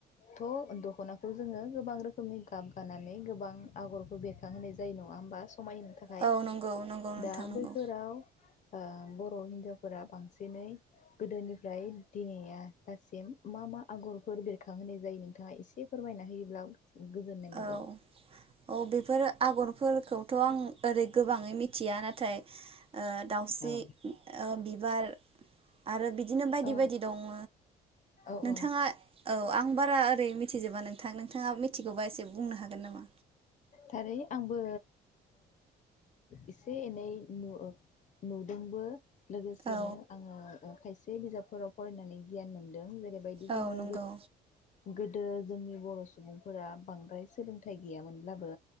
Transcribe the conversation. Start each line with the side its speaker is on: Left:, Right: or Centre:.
Left: थ' दख'नाखौ जोङो गोबां रोखोमनि गाब गानानै गोबां आगरखौ बेरखांहोनाय जायो नङा होमबा? समायनो थाखाय
Right: औ नंगौ नंगौ नोंथां
Left: दा
Right: नंगौ
Left: बैफोराव ओ हिनजावफोरा बांसिनै गोदोनिफ्राय दिनैया लासिम मा मा आगरफोर बेरखांहोनाय जायो नोंथाङा एसे फोरमायना होयोब्ला गोजोननाय मोनगौमोन।
Right: औ औ बेफोर आगरफोर खौथ' आं ओरै गोबाङै मिथिया नाथाय ओ दाउस्रि
Left: औ
Right: बिबार आरो बिदि बिदिनो बायदि
Left: औ
Right: बायदि दङ
Left: औ
Right: नोंथाङा
Left: औ
Right: औ आं बारा ओरै मिथिजोबा नोंथां नोंथाङा मिथि बा एसे बुंनो हागोन? नामा?
Left: थारै आंबो एसे एनै नु नुदोंबो। लोगोसेनो
Right: औ
Left: आङो ओ खायसे बे बिजाबफोराव फरायनानै गियान मोनदों जजेरै जेरै बादि
Right: औ
Left: जोङो
Right: नंगौ
Left: गोदो जोंनि बर' सुबुंफोरा बांद्राय सोलों थाइ गैयामोनब्लाबो